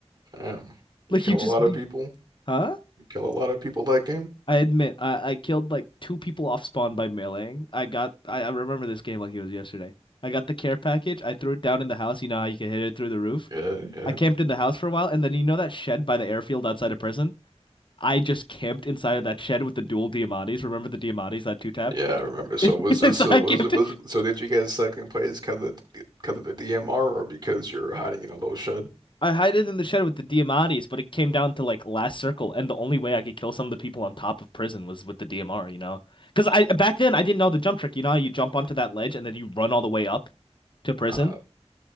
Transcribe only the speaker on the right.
Damn,
kill
a lot of
people.
You kill a lot of people that game.
Yeah, yeah,
yeah. I remember. So
was this?
So
was
it? Was so? Did you get second place because of because of the DMR or because you're hiding in a low shed?
Uh,